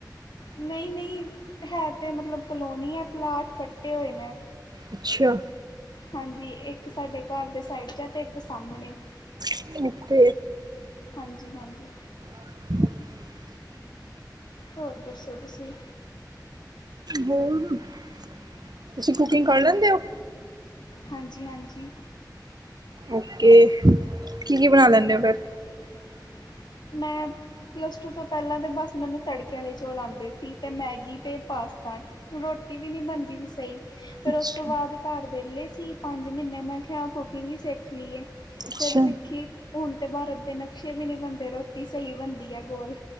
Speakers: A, on the left; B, on the right.
A: ਨਹੀਂ ਨਹੀਂ ਹੈ ਤੇ ਮਤਲਬ ਕਲੋਨੀ ਹੈ, ਪਲਾਟ ਕੱਟੇ ਹੋਏ ਨੇ
B: ਅੱਛਾ।
A: ਹਾਂਜੀ, ਇੱਕ ਸਾਡੇ ਘਰ ਦੇ ਸਾਈਡ ਚ ਆ ਅਤੇ ਇੱਕ ਸਾਹਮਣੇ
B: ਓਕ
A: ਹਾਂਜੀ ਹਾਂਜੀ
B: <inaudible>
A: ਹੋਰ ਦੱਸੋ ਤੁਸੀਂ?
B: ਬੋਲ--ਤੁਸੀਂ ਕੁਕਿੰਗ ਕਰ ਲੈਂਦੇ ਔ?
A: ਹਾਂਜੀ-ਹਾਂਜੀ।
B: ਓਕੇ। ਕੀ-ਕੀ ਬਣਾ ਲੈਣੇ ਔ ਫੇਰ?
A: <inaudible> ਮੈਂ। ਪਲੱਸ ਟੂ ਤੋਂ ਪਹਿਲਾਂ ਤਾਂ ਬਸ ਮੈਨੂੰ ਤੜਕੇ ਵਾਲੇ ਚੌਲ ਆਉਂਦੇ ਸੀ, ਅਤੇ ਮੈਗੀ ਅਤੇ ਪਾਸਤਾ ਰੋਟੀ ਵੀ ਨਹੀਂ ਬਣਦੀ ਸੀ ਸਹੀ ਫੇਿਰ
B: ਅੱਛਾ,
A: ਉਸ ਤੋਂ ਬਾਅਦ ਘਰ ਵਿਹਲੇ ਸੀ ਪੰਜ ਮਹੀਨੇ, ਮੈਂ ਕਿਹਾ, ਕੁਕਿੰਗ ਸਿੱਖ ਲਈਏ
B: ਅੱਛਾ,
A: ਫਿਰ ਸਿੱਖੀ, ਹੁਣ ਤਾਂ ਭਾਰਤ ਦੇ ਨਕਸ਼ੇ ਵੀ ਨਹੀਂ ਬਣਦੇ ਰੋਟੀ ਸਹੀ ਬਣਦੀ ਹੈ ਗੋਲ,